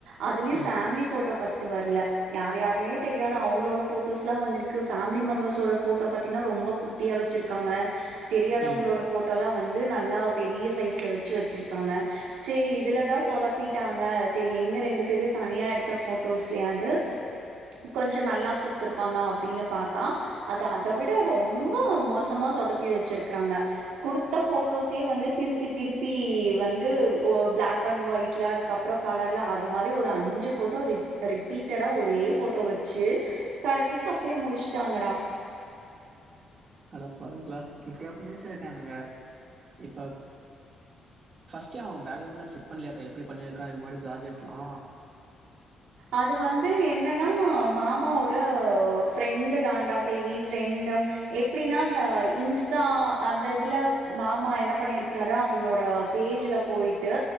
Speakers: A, on the right; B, on the right.
A: அதுலயு
B: ம்
A: ஃபேமிலி ஃபோட்டோ ஃபஸ்ட் வர்ல யார் யார்னே தெரியாத அவங்களோட ஃபோட்டோ ஸ்லா வந்துருக்கு ஃபேமிலி மெம்பர்ஸோட ஃபோட்டோ பாத்தினா ரொம்ப குட்டியா வச்சிருக்காங்க தெரியாதவங்களோட
B: ம்
A: ஃபோட்டோலா வந் து நல்லா பெரிய சைஸ்ல வச்சு வச்சிருக்காங்க செரி இதுல தா சொதப்பி ட்டாங்க செரி எங்க ரெண்டு பேரையு தனியா எடுத்த ஃபோட்டோஸ்லயாது கொஞ்ச நல்லா குடுத்துருப்பாங்க அப்டினு பாத்தா அது அத விட ரொம்ப மோசமா சொதப்பி வச்சிருக்றாங்க குடுத்த ஃபோட்டோஸே வந்து திருப்பி திருப்பி வந்து ஒ பிளாக் அண்ட் வைட் ல அதுக்கப்புற கலர்ல அது மாரி ஒரு அஞ்சு ஃபோட்டோ ரிப் ரிப்பீட்டடா ஒரே ஃபோட்டோ வச்சு கடைசிக்கு அப்டியே முடிச்ட்டாங்கடா
B: அடப்பாவிங்ளா இப்டியா பண்ணி வச்சிருக்கானுக இப்ப ஃபஸ்ட்டே அவ பேக்ரவுண்ட்லா செக் பண்ணலயாக்கா எப்டி பண்ணிருக்கா இதுக்கு முன்னாடி ப்ராஜெக்ட்லா
A: அது வந்து என்னனா மாமாவோட ஃப்ரெண்டு தாண்டா சேரி ஃப்ரெண்டு எப்டினா அந்த இன்ஸ்டா அந்த இதுல மாமா என்ன பண்ணிருக்கறாரு அவங்ளோட பேஜ்ல போய்ட்டு